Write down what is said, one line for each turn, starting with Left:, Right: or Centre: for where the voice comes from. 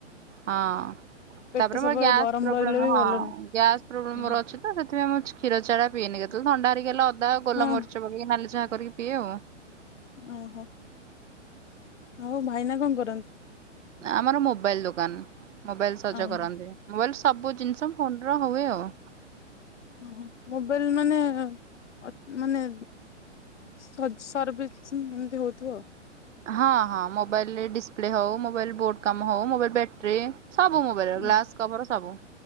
Right: ହଁ।
Left: ପେଟ
Right: ତାପରେ
Left: ସବୁବେଳେ
Right: ମୋର ଗ୍ୟାସ୍
Left: ଗରମ
Right: ପ୍ରୋବ୍ଲେମ
Left: ରହିଲେ ବି
Right: ହଁ
Left: ଭଲ
Right: ଗ୍ୟାସ୍ ପ୍ରୋବ୍ଲେମ
Left: ନୁହଁ।
Right: ମୋର ଅଛି ତ ସେଥିପାଇଁ ମୁଁ ଛ କ୍ଷୀର ଚାହା ଟା ପିଏନି କେତେବେଳେ ଥଣ୍ଡା ହେରିକା ହେଲେ ଅଦା, ଗୋଲ
Left: ହଁ
Right: ମରିଚ ପକେଇକି ନାଲି ଚାହା କରିକି ପିଏ ଆଉ।
Left: ଓ ହୋ! ଆଉ ଭାଇନା କ'ଣ କରନ୍ତି?
Right: ଆମର ମୋବାଇଲ ଦୋକାନ, ମୋବାଇଲ ସଜ
Left: ଓହୋ
Right: କରନ୍ତି। ମୋବାଇଲ ସବୁ ଜିନିଷ ଫୋନ ର ହୁଏ ଆଉ।
Left: ହୁଁ, ମୋବାଇଲ ମାନେ ଅ ମାନେ ସଜ୍ ସର୍ଭିସ୍ ସେମତି ହଉଥିବା।
Right: ହଁ, ହଁ, ମୋବାଇଲ ଡିସପ୍ଲେ ହଉ, ମୋବାଇଲ ବୋର୍ଡ କାମ ହଉ, ମୋବାଇଲ ବ୍ୟାଟ୍ରି ସବୁ ମୋବାଇଲ ର
Left: ଉଁ
Right: ଗ୍ଲାସ, କଭର, ସବୁ